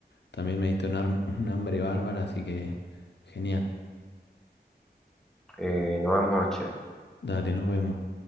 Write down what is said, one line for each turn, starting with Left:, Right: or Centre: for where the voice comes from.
Left: También me diste un, arm- <laughs> un hambre bárbara, así que genial.
Centre: Eh, nos vemos, che.
Left: Dale, nos vemos.